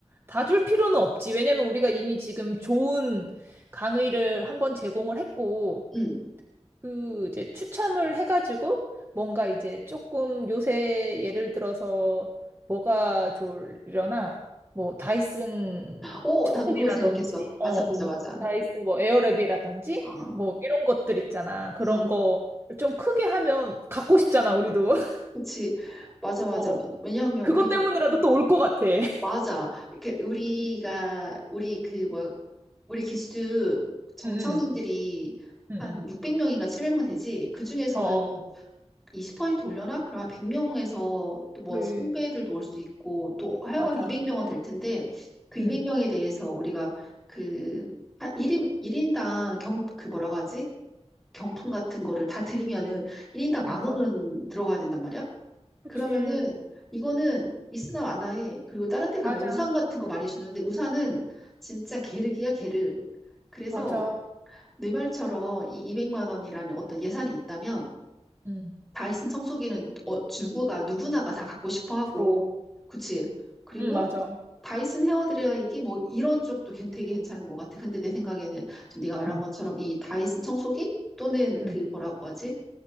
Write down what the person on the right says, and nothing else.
다 줄 필요는 없지. 왜냐면 우리가 이미 지금 좋은 강의를 한번 제공을 했고
그 이제 추첨을 해가지고 뭔가 이제 조금 요새 예를 들어서 뭐가 좋으려나 뭐 다이슨
청소기라든지
어
뭐
다이슨 뭐 에어랩이라든지
뭐 이런 것들 있잖아 그런
거 좀 크게 하면 갖고 싶잖아 우리도 <laughs>
어
그것
때문이라도 또 올 것 같아 <laughs>
응응 응응
어어
그래
맞아
응
맞아
그치
맞아
맞아
응
프로
응 맞아
음.
음.